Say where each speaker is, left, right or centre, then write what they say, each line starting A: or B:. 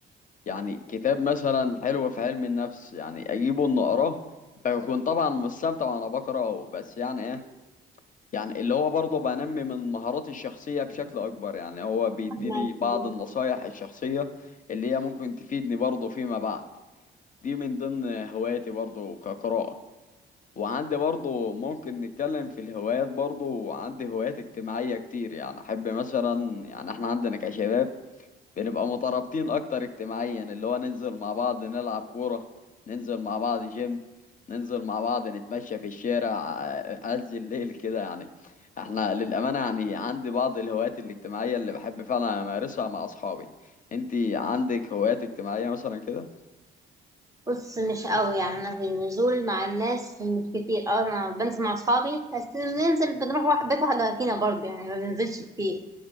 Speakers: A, on the left (about 40°); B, on the right (about 15°).
A: يعني كتاب مثلا حلو في علم النفس يعني اجيبه ان اقراه بكون طبعا مستمتع وانا بقراه بس يعني ايه يعني اللي هو برضه بنمي من مهاراتي الشخصية بشكل أكبر يعني هو بيديني
B: أحمد
A: بعض
B: إيه؟
A: النصايح الشخصية اللي هي ممكن تفيدني برضه فيما بعد دي من ضمن هواياتي برضه كقراءة وعندي برضه ممكن نتكلم في الهوايات برضه عندي هوايات اجتماعية كتير يعني أحب مثلا يعني احنا عندنا كشباب بنبقى مترابطين اكتر اجتماعيا اللي هو ننزل مع بعض نلعب كورة ننزل مع بعض جيم ننزل مع بعض نتمشى في الشارع ع- عز الليل كده يعني احنا للأمانة يعني عندي بعض الهوايات الاجتماعية اللي بحب فعلا امارسها مع اصحابي انتي عندك هوايات اجتماعية مثلا كده
B: بص مش قوي يعني انا في النزول مع الناس مش كتير اه انا بنزل مع اصحابي بس بننزل بنروح واحد بيت واحده فينا برضه يعني ما بننزلش كتير